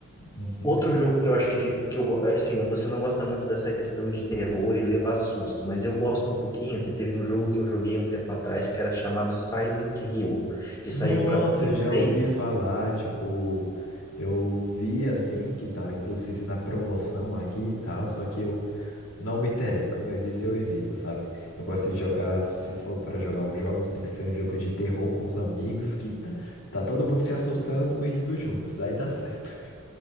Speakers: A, on the left; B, on the left.
A: Uhum.
B: Outro jogo que eu acho que, fica, que eu, go- é assim, você não gosta muito dessa questão de terror e levar susto, mas eu gosto um pouquinho que teve um jogo que eu joguei há um tempo atrás que era chamado Silent Hill, que
A: Nossa,
B: saiu para Play
A: eu já
B: 3.
A: ouvi falar, tipo, eu vi assim, que tava inclusive na promoção aqui e tal, só que eu não me interesso, como eu disse, eu evito, sabe? Eu gosto de jogar, se for para jogar uns jogos, tem que ser um jogo de terror com os amigos, que tá, tá todo mundo se assustando e rindo juntos, daí dá certo.